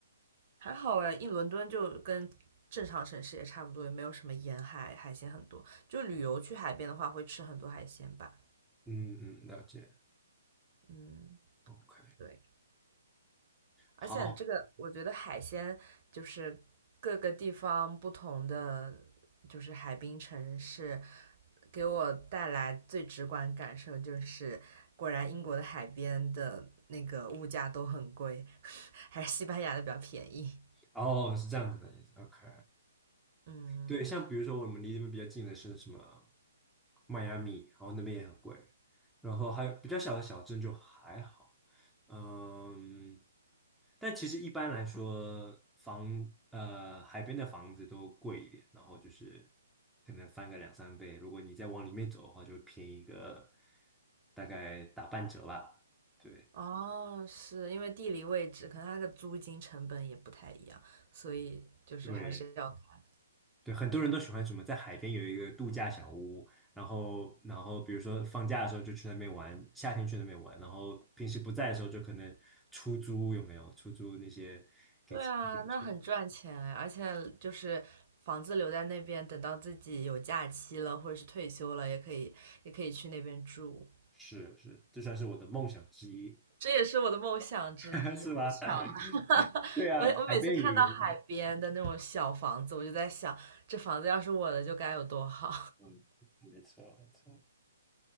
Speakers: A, on the right (about 40°); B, in the centre.
A: 还好哎，一伦敦就跟正常城市也差不多，也没有什么沿海，海鲜很多。就旅游去海边的话，会吃很多海鲜吧。
B: 嗯嗯，了解。
A: 嗯，
B: OK，
A: 对。而且这个，
B: 好，
A: 我觉得海鲜就是各个地方不同的，就是海滨城市，给我带来最直观感受就是，果然英国的海边的那个物价都很贵，<laughs> 还是西班牙的比较便宜。
B: 哦，是这样子的意思。OK，
A: 嗯，
B: 对，像比如说我们离这边比较近的是什么迈阿密，然后那边也很贵，然后还有比较小的小镇就还好，嗯，但其实一般来说房呃海边的房子都贵一点，然后就是可能翻个两三倍，如果你再往里面走的话，就会便宜个大概打半折吧，对。
A: 哦，是因为地理位置，可能它那个租金成本也不太一样，所以就是还是要看。
B: 对，对，很多人都喜欢什么，在海边有一个度假小屋，然后，然后比如说放假的时候就去那边玩，夏天去那边玩，然后平时不在的时候就可能出租，有没有？出租那些给钱那个去，
A: 对啊，那很赚钱哎，而且就是房子留在那边，等到自己有假期了或者是退休了，也可以也可以去那边住。
B: 是是，这算是我的梦想之一，
A: 这也是我的梦想之一，
B: <laughs> 是吧？
A: 好巧啊！
B: <laughs>
A: <laughs>
B: 对啊，
A: 我我每次看到海边的那种小房子，
B: 海边有一个，
A: 我就在想，这房子要是我的，就该有多好。
B: 嗯，嗯没错没错。